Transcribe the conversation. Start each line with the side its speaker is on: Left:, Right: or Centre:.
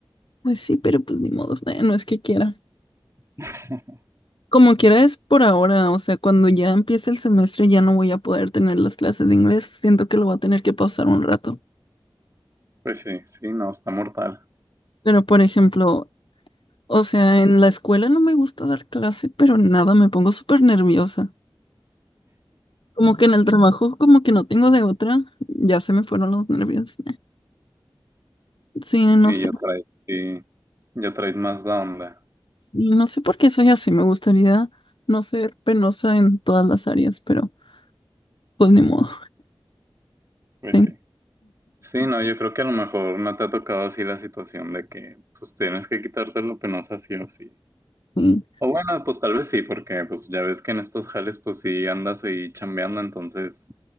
Left: pues sí, pero pues ni modo, eh, no es que quiera.
Right: <laughs>
Left: Como quiera es por ahora, o sea, cuando ya empiece el semestre ya no voy a poder tener las clases de inglés, siento que lo voy a tener que pausar un rato.
Right: Pues sí, sí, no, está mortal.
Left: Pero, por ejemplo, o sea, en la escuela no me gusta dar clase, pero nada, me pongo súper nerviosa. Como que en el trabajo, como que no tengo de otra, ya se me fueron los nervios. Sí, no
Right: Sí,
Left: sé.
Right: ya traes, sí, ya traes más la onda.
Left: Sí, no sé por qué soy así. Me gustaría no ser penosa en todas las áreas, pero pues ni modo.
Right: Pues
Left: Sí,
Right: sí. Sí, no, yo creo que a lo mejor no te ha tocado así la situación de que pues tienes que quitarte lo penosa sí o sí.
Left: sí.
Right: O bueno, pues tal vez sí, porque pues ya ves que en estos jales pues sí andas ahí chambeando, entonces